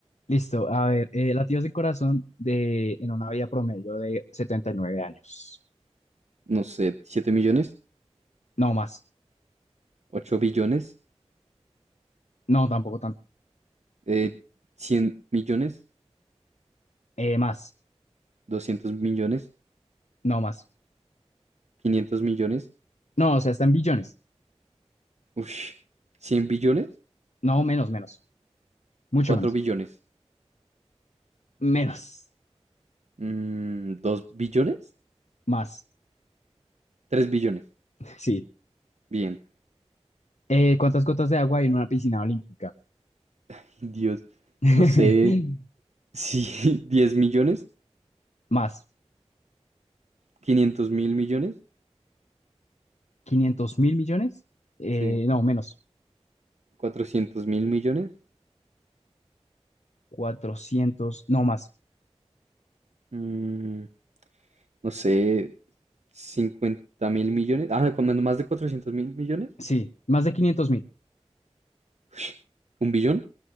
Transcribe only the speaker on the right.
No sé, siete millones,
ocho billones,
eh, 100 millones,
200 millones,
500 millones,
uff, 100 billones,
4
billones.
Mm, ¿dos billones?
Tres billones.
Bien.
<laughs> Dios.
No sé si <laughs> 10 millones,
500 mil millones,
sí,
cuatrocientos mil millones,
mm, no sé, cincuenta mil millones, ah, cuando más de 400 mil millones,
<laughs> un billón,